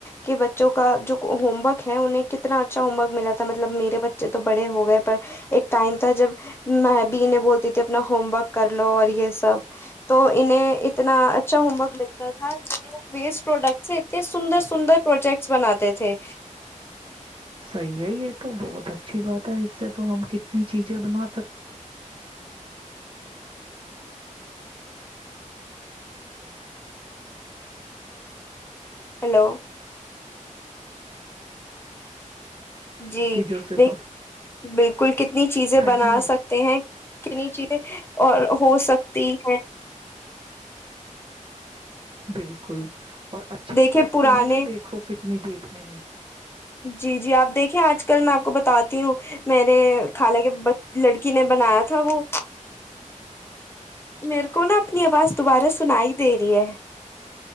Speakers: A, on the left; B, on the right.
A: کے بچوں کا جو ہوم ورک ہے انہیں کتنا اچھا ہوم ورک ملا تھا مطلب میرے بچے تو بڑے ہو گئے پر ایک ٹائم تھا جب میں بھی انہیں بولتی تھی اپنا ہوم ورک کر لو اور یہ سب تو انہیں اتنا اچھا ہوم ورک تھا یہ لوگ ویسٹ پروڈکٹ سے اتنے سندر سندر پروجیکٹس بناتے تھے
B: صحیح ہے یہ تو بہت اچھی بات ہے اس سے تو ہم کتنی چیزیں بنا سکتے
A: ہیلو جی
B: چیزوں سے
A: دیک
B: تو
A: بالکل کتنی چیزیں
B: ہاں
A: بنا
B: جی ہاں
A: سکتے ہیں کتنی چیز اور ہو سکتی ہے
B: بالکل اور اچھی
A: دیکھیے
B: بھی لگتی
A: پرانے
B: ہے نا دیکھو کتنی دیکھنے میں
A: جی جی آپ دیکھیں آج کل میں آپ کو بتتی ہوں میرے خالہ کے لڑکی نے بنایا تھا وہ میرے کو نا اپنی آواز دوبارہ سنا ہی دے رہی ہے